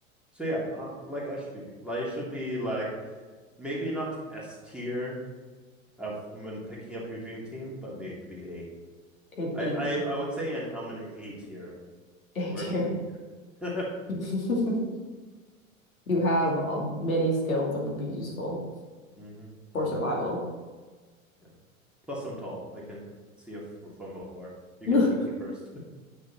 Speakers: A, in the centre; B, on the left.
A: So yeah, uh, like I should be like it should be like maybe not S tier of when picking up your dream team, but maybe A.
B: A,
A: I
B: A
A: I,
B: team.
A: I would say an I'm an A tier
B: A
A: or
B: tier.
A: a B tier.
B: <laughs>
A: <laughs>
B: You have uh, many skills that would be useful
A: Mm-hmm.
B: for
A: Mm-hmm.
B: survival.
A: Yeah. Plus I'm tall. I can see if from afar. You
B: <laughs>
A: can shoot me first.